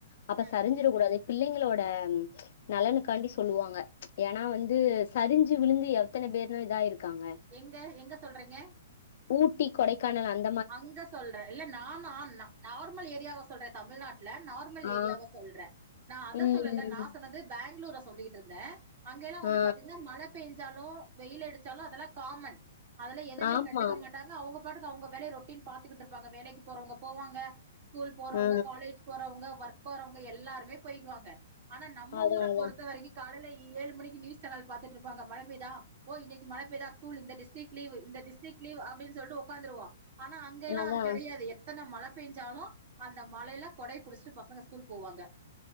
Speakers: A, on the left; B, on the right.
A: அப்ப
B: ம்
A: சரிஞ்சிட கூடாது பிள்ளைங்களோட நலனுக்காண்டி சொல்லுவாங்க ஏன்னா வந்து சரிஞ்சி விழுந்து எத்தன பேருனு இதா ஆயிருக்காங்க
B: எங்க எங்க சொல்றீங்க
A: ஊட்டி கொடைக்கானல் அந்
B: அங்க சொல்றே இல்ல நா நா நம்ம நார்மல் ஏரியாவ சொல்றே தமிழ்நாட் டுல நார்மல்
A: ஆ
B: ஏரியாவ சொல்றே நா அத
A: ம்
B: சொல்லல நா சொன்னது பேங்களூர சொல்லிட்டு இருந்தே அங்க எல்லா வந்து
A: ஆ
B: பாத்தீங்கன்னா மழ பெய்ஞ்சாலோ வெயில் அடிச்சாலோ அதெல்லா காமன் அதெல்லா எதுவுமே
A: ஆமா
B: கண்டுக்க மாட்டாங்க அவுங்க பாட்டுக்கு அவுங்க வேலையை ரொட்டீன் பாத்துக்கிட்டு இருப்பாங்க வேலைக்கு போறவங்க போவாங்க ஸ்கூல் போறவங்க
A: ஆ
B: காலேஜ் போறவங்க ஒர்க் போறவங்க எல்லாருமே போயிருவாங்க ஆனா நம்ம
A: அதா
B: ஊர
A: அதா
B: பொறுத்த வரைக்கு காலையில ஏழு மணிக்கு நியூஸ் சேனல் பாத்துட்டு இருப்பாங்க மழ பெய்தா ஓ இன்னிக்கி மழ பெய்தா ஸ்கூல் இந்த டிஸ்டிக் லீவு இந்த டிஸ்டிக் அப்படின்னு சொல்லிட்டு உக்காந்துருவோ ஆனா அங்க எல்லா
A: அதா
B: அது கெடையாது எத்தன மழ பேஞ்ஞாலூ அந்த மழைல கொடைய புடுச்சிட்டு பசங்க ஸ்கூல் போவாங்க